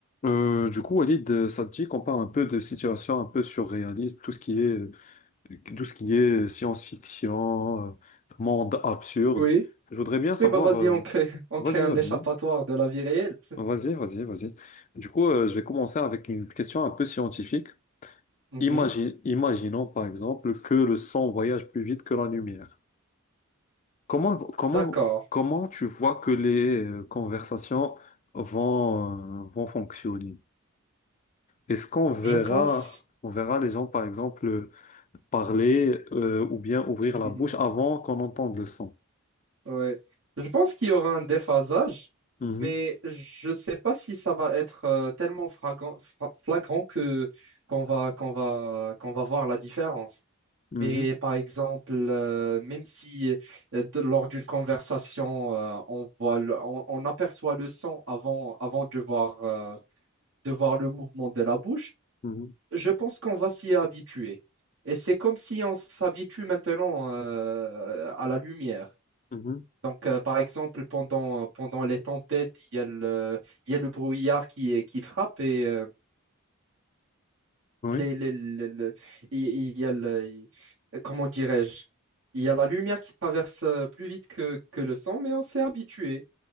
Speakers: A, on the left; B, on the right.
A: Euh, du coup, Walid, euh, ça te dit qu'on parle un peu de situations un peu surréalistes, tout ce qui est, euh, tout ce qui est euh, science-fiction, euh, monde absurde.
B: Oui,
A: Je voudrais bien savoir.
B: oui, bah vas-y,
A: euh,
B: on crée, <laughs> on
A: Vas-y,
B: crée un
A: vas-y,
B: échappatoire de la vie réelle.
A: vas-y, vas-y, vas-y. Du coup, euh, je vais commencer avec une question un peu scientifique.
B: Mhm.
A: Imagine, imaginons par exemple que le sang voyage plus vite que la lumière. Comment, comment,
B: D'accord.
A: comment tu vois que les euh, conversations vont, euh, vont fonctionner? Est-ce qu'on verra,
B: Je pense,
A: on verra les gens, par exemple, parler euh, ou bien ouvrir
B: <laughs>
A: la bouche avant qu'on entende le son?
B: ouais. Je pense qu'il y aura un déphasage,
A: Mhm,
B: mais je ne sais pas si ça va être euh, tellement fragan- fra- flagrant que qu'on va qu'on va qu'on va voir la différence.
A: mhm,
B: Mais par exemple, euh, même si euh, de- lors d'une conversation, euh, on voit le- on, on aperçoit le son avant avant de voir euh, de voir le mouvement de la bouche.
A: mhm,
B: je pense qu'on va s'y habituer. Et c'est comme si on s'habitue maintenant euh, à la lumière.
A: mhm.
B: Donc, euh, par exemple, pendant, pendant les tempêtes, il y a le, il y a le brouillard qui, qui frappe et euh,
A: Oui,
B: les, les- les- le- il il y a le, comment dirais-je? Il y a la lumière qui traverse euh, plus vite que, que le sang, mais on s'est habitué.